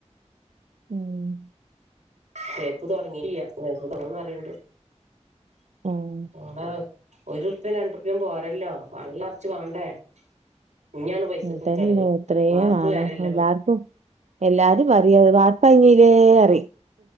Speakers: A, on the right; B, on the right.
A: ഉം
B: തേപ്പ് തൊടങ്ങില്ലാ <unintelligible> തൊടങ്ങണന്ന് പറീണ്ട് <unintelligible>
A: ഉം
B: ഒരുറുപ്യയും രണ്ടുറുപ്യേം പോരല്ലോ പള്ളറച്ചു വാണ്ടേ ഇന്നിയാണ് പൈസക്ക്
A: അതന്നെ
B: ചെലവ്
A: എത്രയും
B: വാർപ്പ്
A: വേണം
B: വെരല്ലെ
A: എല്ലാർക്കും
B: പൈ
A: എല്ലാരും പറിയാ വാർപ്പയ്ഞ്ഞിലേ പറിയും